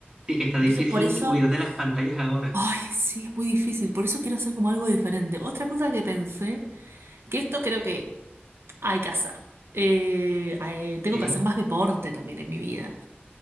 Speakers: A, on the right (about 15°); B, on the right (about 80°).
A: Sí, que está
B: Entonces
A: difícil
B: por eso,
A: huir de las pantallas ahora.
B: ay, sí, es muy difícil. Por eso quiero hacer como algo diferente. Otra cosa que pensé, que esto creo que hay que hacer. Eh, eh, tengo
A: Ok,
B: que hacer más deporte también en mi vida.